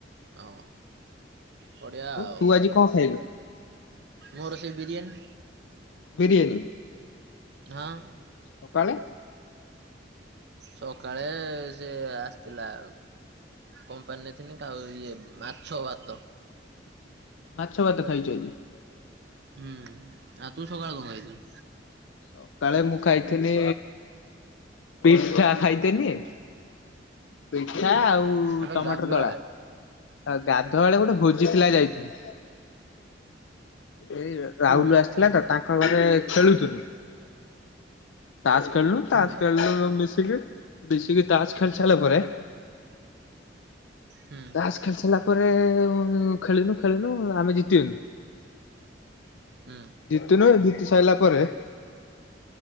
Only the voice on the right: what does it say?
ହଉ ବଡିଆ ଆଉ।
ମୋର ସେଇ ବିରିୟାନୀ
ଆଁ
ସକାଳେ ସେି ଆସିଥିଲା। କମ୍ପାନୀ ଥିନି ଖାଉ ଇଏ ମାଛ ଭାତ।
ହୁଁ ଆଉ ତୁ ସକାଳୁ କଣ ଖାଇଛୁ?
ଆବେ
ଗାଧୁଆଳେ
କୋଉଠି?
ହୁଁ
ହୁଁ।
ହୁଁ।